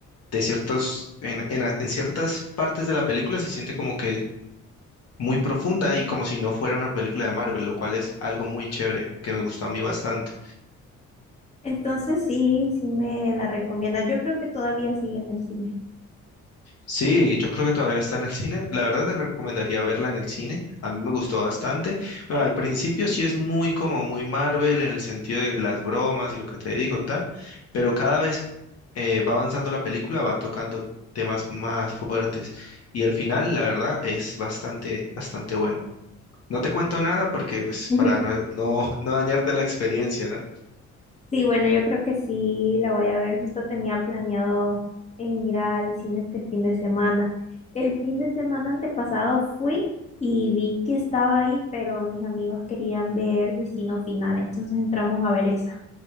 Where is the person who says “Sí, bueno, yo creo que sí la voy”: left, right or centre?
Left